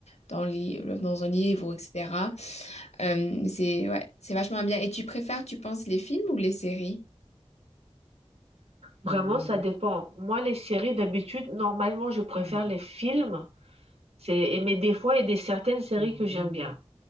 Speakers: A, on the left; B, on the right.
A: dans, li- dans un livre, etc. Euh, mais c'est ouais, c'est vachement bien. Et tu préfères, tu penses, les films ou les séries?
B: Vraiment, ça dépend. Moi, les séries, d'habitude, normalement, je préfère les films. C'est, et mais des fois, il y a des certaines séries que j'aime bien,